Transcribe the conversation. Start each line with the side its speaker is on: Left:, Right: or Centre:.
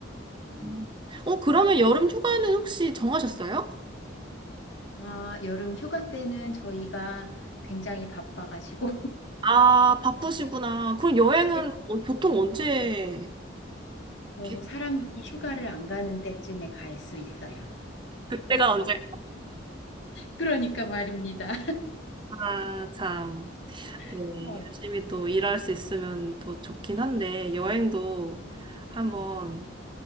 Left: 네.
Right: 음. 어, 그러면 여름 휴가는 혹시 정하셨어요?
Left: 아, 여름 휴가 때는 저희가 굉장히 바빠가지고
Right: 아, 바쁘시구나. 그럼 여행은
Left: <laughs>
Right: 어, 보통 언제,
Left: 어,
Right: 게-
Left: 사람들이 휴가를 안 가는 때쯤에 갈 수 있어요.
Right: 그때가 언제?
Left: 그러니까 말입니다.
Right: 아, 참. 네,
Left: <laughs>
Right: 열심히 또 일할 수 있으면 또 좋긴 한데, 여행도 한번
Left: 어, 네.